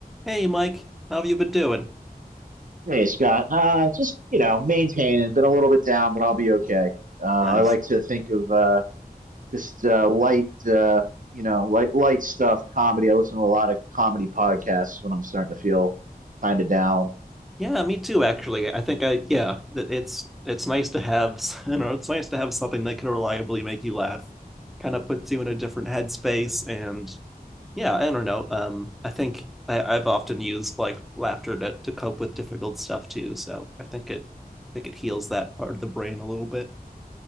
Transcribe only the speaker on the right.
Hey, Scott. Uh, just, you know, maintaining, been a little bit down, but I'll be okay. Uh,
I like to think of uh, just uh, light, uh, you know, light, light stuff, comedy. I listen to a lot of comedy podcasts when I'm starting to feel kind of down.